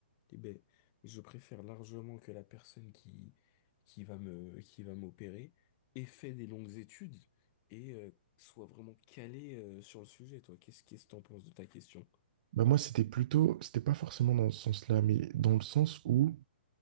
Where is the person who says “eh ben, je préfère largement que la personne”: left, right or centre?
Left